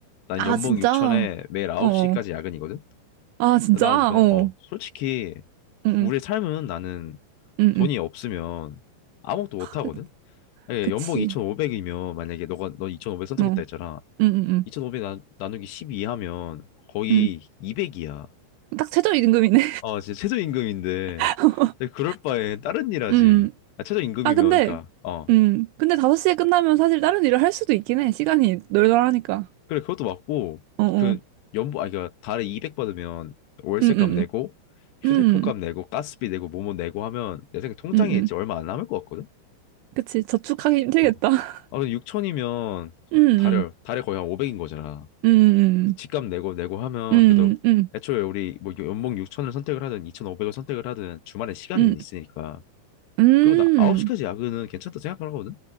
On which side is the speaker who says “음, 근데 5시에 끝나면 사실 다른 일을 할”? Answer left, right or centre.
Right